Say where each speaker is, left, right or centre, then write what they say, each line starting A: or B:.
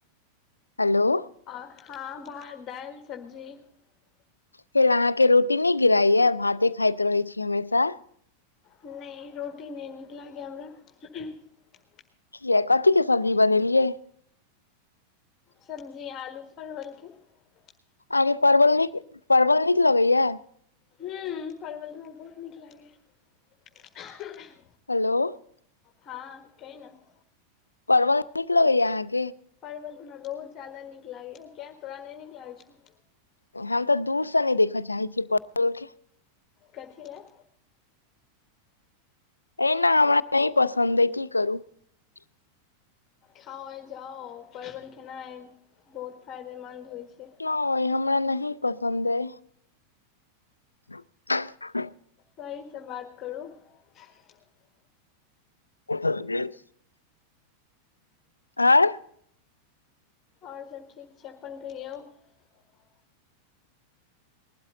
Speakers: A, on the left; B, on the left.
A: हेलो। <unintelligible>
B: आओ हँ भात दालि सब्जी। <unintelligible>
A: फे अहाँके रोटी नहि गिराइया भाते खाइत रहै छी हमेशा। <unintelligible>
B: नहि रोटी नहि निकल यए हमरा। <unintelligible>
A: कए कथीके सब्जी बनेलियै। <unintelligible>
B: सब्जी आलू परवलके। <unintelligible>
A: आगे परबल न- परबल नई। क लगैया। <unintelligible>
B: ह परवल तऽ हमरा बहुत नीक लागैा। <unintelligible>
A: हेलो। <unintelligible>
B: हँ की ने। <unintelligible>
A: परबल नीक लगैया अहाँके।
B: परि ब त। <unintelligible> बहुत जाददा नीक लागे क तोरा नहि नीक लागै छो।
A: हम तऽ दूर से नहि देखऽ चाहै छियै पल के। <unintelligible>
B: कथी लए
A: एहिना हमरा नहि पसन्द अइ की करू। <unintelligible>
B: खाओ जाओ परन खनाा बहुत फायदेमन्द होइ। छै
A: ओ हमरा नहि। <unintelligible> पसन्द ह। <unintelligible>
B: सहीसँ बात करू। <unintelligible>
A: ओठ जे। <unintelligible> आँ। <unintelligible>
B: आओर सभ ठीक छै अपन कहियौ। <unintelligible>